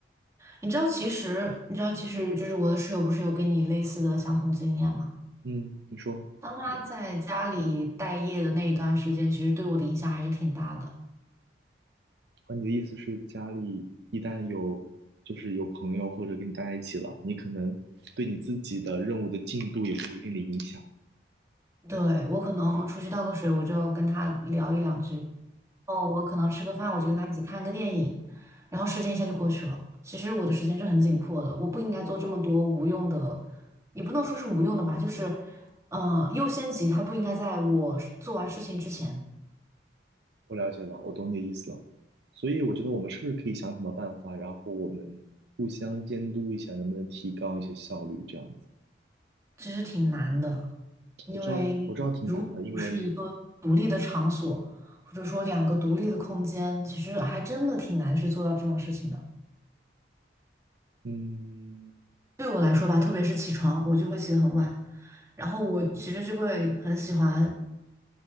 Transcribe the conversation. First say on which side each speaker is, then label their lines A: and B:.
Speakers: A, on the right (about 15°); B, on the right (about 65°).
A: 你知道，其实你知道，其实就是我的室友不是有跟你类似的相同经验吗？
B: 嗯，你说是的。
A: 当他在家里待业的那一段时间，其实对我的影响还是挺大的。
B: 啊，你的意思是家里一旦有就是有朋友或者跟你待在一起了，你可能对你自己的任务的进度也会有一定的影响。
A: 对，嗯我可能出去倒个水，我就跟他聊一两句。哦，我可能吃个饭，我就跟他一起看个电影，然后时间一下就过去了。其实我的时间是很紧迫的，我不应该做这么多无用的，也不能说是无用的吧，就是，嗯呃，优先级它不应该在我做完事情之前，
B: 我了解了，我懂你的意思了。所以我觉得我们是不是可以想什么办法，然后我们互相监督一下，能不能提高一些效率？这样子，
A: 其实挺难的。因为
B: 我知道，我知道挺难的，
A: 如果不是一个独立的场所，
B: 因为，
A: 或者说两个独立的空间，其实还真的挺难去做到这种事情的。
B: 嗯，
A: 对我来说吧，特别是起床，我就会起得很晚，然后我其实就会很喜欢，